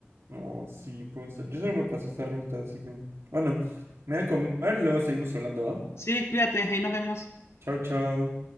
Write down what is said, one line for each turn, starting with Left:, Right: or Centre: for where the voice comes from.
Right: Oh, sí, puede ser. Yo solo me paso esta ruta, así que. Bueno, me voy a comer, luego seguimos hablando, ¿va?
Left: Sí, cuídate, ahí nos vemos.
Right: Chao, chao.